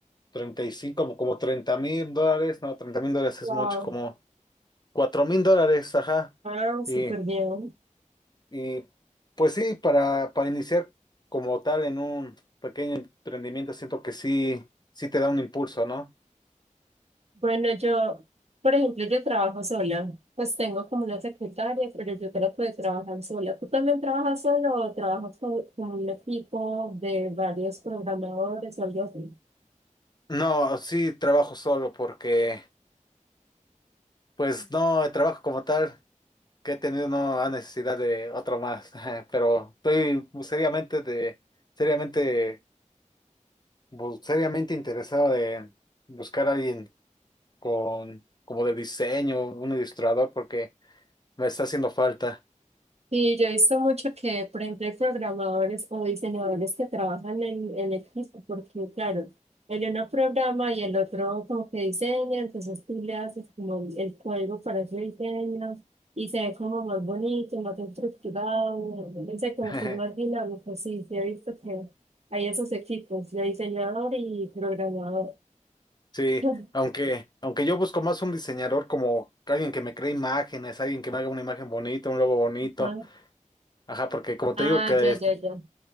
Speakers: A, on the left (about 30°); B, on the right (about 50°).
A: 35 como, como treinta mil dólares, no, treinta mil dólares
B: Wow.
A: es mucho, como cuatro mil dólares, ajá.
B: Ah, súper
A: Y
B: bien.
A: Y pues sí, para, para iniciar como tal en un pequeño emprendimiento, siento que sí, sí te da un impulso, ¿no?
B: Bueno, yo, por ejemplo, yo trabajo sola. Pues tengo como una secretaria, pero yo trato de trabajar sola. ¿Tú también trabajas solo o trabajas con, con un equipo de varios programadores o algo así?
A: No, sí trabajo solo porque, pues no, el trabajo como tal que he tenido no ha necesidad de otro más, <laughs> pero estoy seriamente de, seriamente, bu- seriamente interesado de buscar a alguien con, como de diseño, un ilustrador, porque me está haciendo falta.
B: Sí, yo he visto mucho que, por ejemplo, hay programadores o diseñadores que trabajan en, en equipo, porque claro, el uno programa y el otro como que diseña, entonces tú le haces como el código para ese diseño y se ve como más bonito, más estructurado, no sé, como
A: <laughs>
B: que es más dinámico, sí, sí he visto que hay esos equipos de diseñador y programador.
A: Sí,
B: <laughs>
A: aunque, aunque yo busco más un diseñador como alguien que me cree imágenes, alguien que me haga una imagen bonita, un logo bonito.
B: Ajá.
A: Ajá, porque como te
B: Ah,
A: digo que
B: ya,
A: está
B: ya, ya.